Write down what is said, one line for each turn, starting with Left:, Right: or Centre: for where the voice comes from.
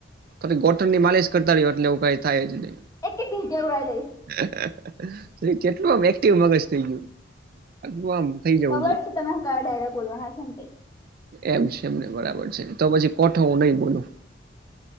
Right: થોડી ગોટનની માલિશ કરતા રહ્યો એટલે એવું કઈ થાય જ નહી.
Left: એક એક ઢીંચે ઉડાઈ દઈશ
Right: <unintelligible> કેટલું આમ એક્ટિવ મગજ થઈ ગયુંટલુ આમ. થઈ જવું
Left: ખબર છે તમે કયા ડાયરે બોલવાના છ તે
Right: એમ છે એમને બરાબર છે તો પછી કોઠો હું નહી બોલું.